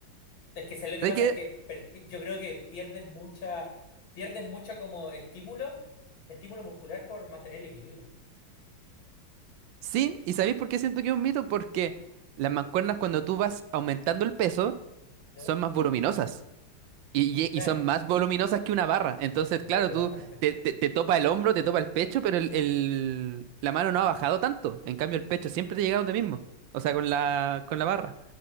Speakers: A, on the left; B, on the right.
A: es que ¿sabes lo que
B: Es
A: pasa?
B: que
A: Es que per- yo creo que pierdes mucha, pierdes mucho como estímulo, estímulo muscular por mantener el equilibrio.
B: sí, ¿y sabéis por qué siento que es un mito? Porque las mancuernas cuando tú vas aumentando el peso
A: ¿Ya?
B: son más voluminosas y, y-
A: Claro,
B: y son más voluminosas que una barra. Entonces,
A: sí,
B: claro,
A: totalmente.
B: tú te, te- te topa el hombro, te topa el pecho, pero el, el- la mano no ha bajado tanto. En cambio, el pecho siempre te llega donde mismo, o sea, con la, con la barra.